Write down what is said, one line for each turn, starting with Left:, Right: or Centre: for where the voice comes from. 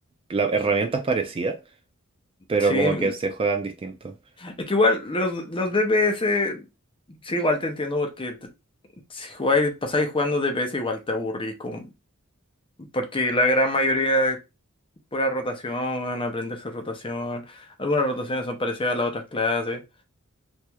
Right: las herramientas parecidas, pero
Left: Sí,
Right: como que se juegan distinto.
Left: es que igual los, los DPS, sí, igual te entiendo porque te- si jugáis, pasáis jugando DPS igual te aburrís, como- porque la gran mayoría es pura rotación, weón, aprenderse rotación, algunas rotaciones son parecidas a las otras clases.